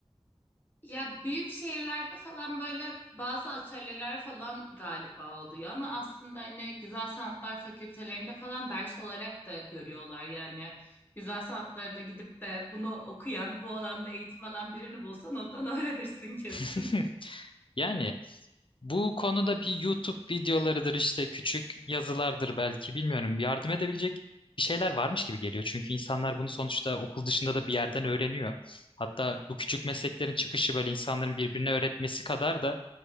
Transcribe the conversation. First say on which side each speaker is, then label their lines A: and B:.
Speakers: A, on the left; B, on the left.
A: Ya büyük şehirlerde falan böyle bazı atölyeler falan galiba oluyor ama aslında hani Güzel Sanatlar Fakültelerinde falan ders olarak da görüyorlar. Yani güzel sanatlarda gidip de bunu okuyan, bu alanda eğitim alan birini bulsan ondan öğrenirsin <laughs> kesin.
B: <laughs> Yani bu konuda bir YouTube videolarıdır işte küçük yazılardır belki bilmiyorum. Yardım edebilecek bir şeyler varmış gibi geliyor. Çünkü insanlar bunu sonuçta okul dışında da bir yerden öğreniyor. Hatta bu küçük mesleklerin çıkışı böyle insanların birbirine öğretmesi kadar da